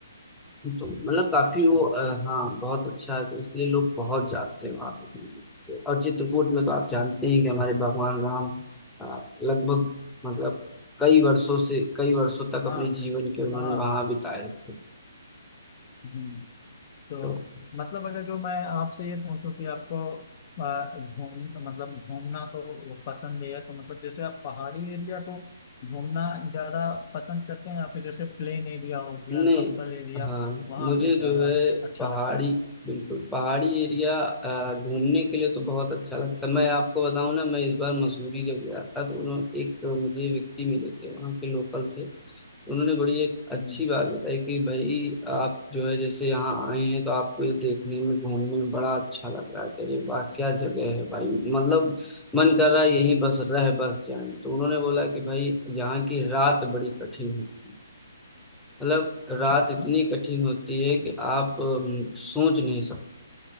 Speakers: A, in the centre; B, on the left (about 35°).
A: तो मतलब काफी
B: अच्छा
A: वो अ,
B: अच्छा
A: हाँ बहुत अच्छा है तो इसलिए लोग बहुत जाते हैं वहां पे और चित्रकूट में तो आप जानते हैं कि हमारे भगवान राम अ, लगभग मतलब कई वर्षों से कई वर्षों तक
B: हाँ
A: अपने जीवन के उन्होंने
B: हाँ
A: वहां बिताए थे
B: हम्म, तो
A: तो
B: मतलब अगर जो मैं आपसे ये पूछूं कि आपको आ, घूम मतलब घूमना तो वो पसंद है तो मतलब जैसे आप पहाड़ी एरिया को घूमना ज्यादा पसंद करते हैं या फिर जैसे प्लेन एरिया हो गया
A: नहीं
B: समतल एरिया
A: हाँ
B: वहां
A: मुझे
B: पे ज्यादा
A: जो है
B: अच्छा
A: पहाड़ी
B: लगता है
A: बिल्कुल पहाड़ी एरिया अ, घूमने के लिए तो बहुत अच्छा लगता है मैं आपको बताऊं ना मैं इस बार मसूरी जब गया था तो उन्होंने एक मुझे व्यक्ति मिले थे वहाँ के लोकल थे उन्होंने बड़ी एक अच्छी
B: हम्म,
A: बात बताई कि भाई आप जो है जैसे यहाँ आए हैं तो आपको ये देखने में घूमने में बड़ा अच्छा लग रहा है कि अरे वाह क्या जगह है भाई मतलब मन कर रहा है यहीं बस रह बस जाएं तो उन्होंने बोला कि भाई यहाँ की रात बड़ी कठिन है मतलब रात
B: अच्छा
A: इतनी
B: हाँ
A: कठिन होती है कि आप अम, सोच नहीं